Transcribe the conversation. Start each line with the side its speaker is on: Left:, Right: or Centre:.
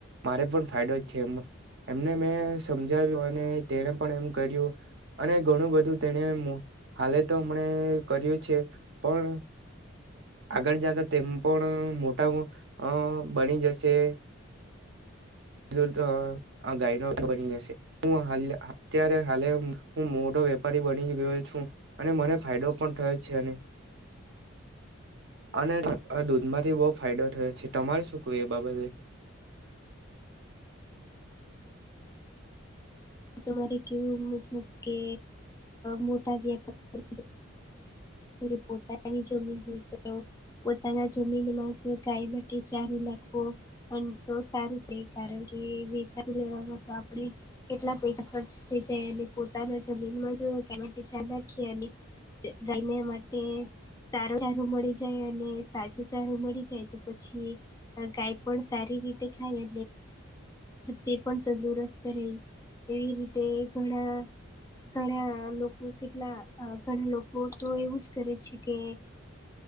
Right: મારે પણ ફાયદો છે એ- એમને મેં સમજાવ્યું અને તેને પણ એમ કર્યું અને ઘણું બધું તેને હાલે તો મને કર્યું છે પણ- આગળ જતા તેમ પણ મોટા બની જશે- તો ગાયનો તો બની જશે- હું હ અત્યારે હાલે હું મોટો વેપારી બની ગયો છું. અને મને ફાયદો પણ થયો છે એ-
Left: <inaudible>
Right: અને દૂધમાંથી બહુ ફાયદો થયો છે તમારે શું કવું એ બાબતે-
Left: અ તરે કેવું મતલબ કે મોટા વ્યાપાર- રપતા જમીન હોય તો- પોતાના જમીનમાં ગાય માટે ચારું નાખવો- પણ તો સારું ક કારણ કે વચારુ લેવામાં તો આપણે- કેટલા પૈસા ખર્ચ થઈ જાય અને પોતાના જમીનમાં માટે ધ્યાન નાખીએ અને- ગલમે માટે- તારું ચારું મળી જાય અને તાજું ચારું મળી જાય તો પછી- ગાય પણ સારી રીતે ખાય તે પણ તંદુરસ્ત- કર એવી રીતે ઘણા- ઘણા લોકો કેટલા ઘણા લોકો તો એવું જ કરે છે કે-